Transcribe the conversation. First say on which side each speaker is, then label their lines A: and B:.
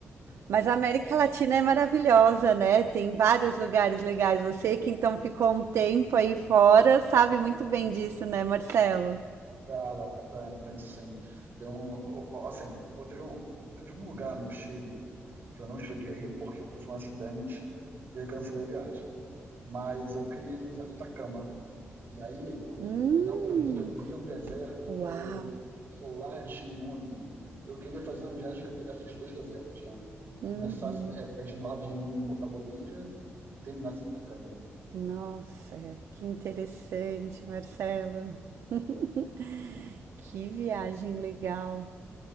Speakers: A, on the right (about 70°); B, on the right (about 45°).
A: Mas a América Latina é maravilhosa, né? Tem vários lugares legais. Você que então ficou um tempo aí fora, sabe muito bem disso, né, Marcelo?
B: Cara, tem, tem sim. Tem um, o- assim, eu teve um, teve um lugar no Chile que eu não cheguei aí porque eu sofri um acidente e aí cancelei a viagem. mas eu criei no deserto da Cama. E aí,
A: Hum,
B: é, na Bolívia também tem um deserto
A: uau.
B: que é o Solar de Uyuni. Eu queria fazer uma viagem que eu pegasse os dois desertos, tá? Começasse
A: Uhum.
B: de repente no lado de Uyuni em Bo- na Bolívia e terminasse em Atacama.
A: Nossa, que interessante, Marcelo. <laughs> Que viagem legal.